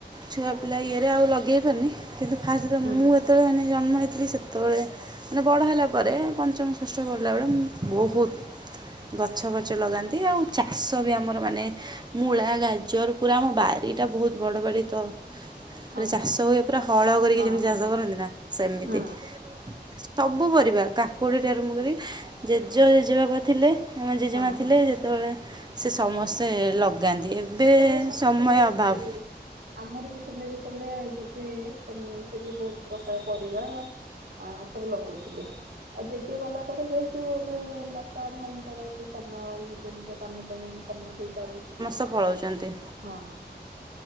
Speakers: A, on the right; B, on the right.
A: ଛୁଆ ପିଲା ଇଏରେ ଆଉ ଲଗେଇ ପାରୁନି କିନ୍ତୁ ଫାଷ୍ଟରେ
B: ହୁଁ
A: ମୁଁ
B: ହୁଁ
A: ଯେତେବେଳେ
B: ହୁଁ।
A: ମାନେ ଜନ୍ମ ହେଥିଲି ସେ ସେତେବେଳେ ମାନେ ବଡ଼ ହେଲା ପରେ ପଞ୍ଚମ ଷଷ୍ଠ ପଢିଲା ବେଳେ ମ ବହୁତ ଗଛ ବଛ ଲଗାନ୍ତି ଆଉ ଚାଷ ବି ଆମର ମାନେ ମୂଳା ଗାଜର ପୁରା ଆମ ବାରିଟା ବହୁତ ବଡ଼ ବାଡ଼ି ତ ପୁରା
B: ଓହୋ
A: ଚାଷ ହୁଏ ପୁରା ହଳ କରିକି
B: ହଁ
A: ଯେମିତି
B: ହଁ
A: ଚାଷ କରନ୍ତି ନା ସେମିତି।
B: ହୁଁ
A: ସବୁ ପରିବା କାକୁଡ଼ିଟି ଆରମ୍ଭ କରି ଜେଜ ଜେଜେବାପା ଥିଲେ ଆମ ଜେଜେମା
B: ହଁ
A: ଥିଲେ
B: ହଁ।
A: ସେତେବେଳେ ସେ ସମସ୍ତେ ଲଗାନ୍ତି ଏବେ
B: ସେତେବେଳେ ସମସ୍ତେ
A: ସମୟ
B: ବେଶୀ
A: ଅଭାବ
B: ଇ-ଇ ଆମର ବି ଥିଲେ ଯେତେବେଳେ ସେ ସେ ବି ବହୁତ ପ୍ରକାର ପରିବା ଆ ସବୁ ଲଗାଉଥିଲେ। ଆଉ ଜେଜେ ଗଲା ପରେ ଯେହେତୁ ଏବେ ବାପା ଭାଇଙ୍କର ଏତେ ସମୟ ନିଜ ନିଜ କାମ ପାଇଁ ସମୟ ଦେଇ ପାରୁନାହାନ୍ତି।
A: ତ ପଳାଉଛନ୍ତି।
B: ହଁ